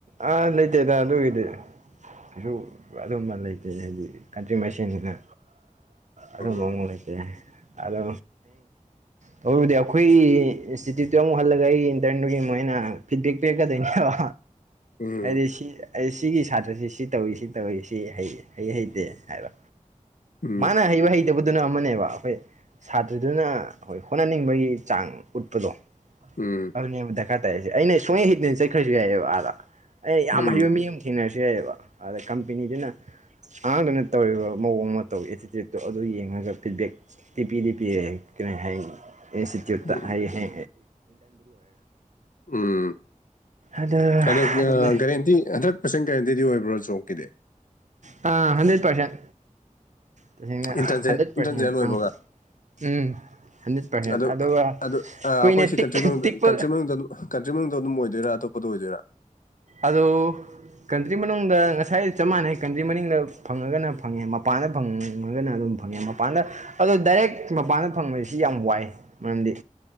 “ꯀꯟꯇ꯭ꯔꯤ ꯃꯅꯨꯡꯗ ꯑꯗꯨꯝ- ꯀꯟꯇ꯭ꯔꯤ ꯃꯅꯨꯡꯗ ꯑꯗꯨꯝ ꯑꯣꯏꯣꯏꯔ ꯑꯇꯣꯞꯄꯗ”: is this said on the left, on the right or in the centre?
Left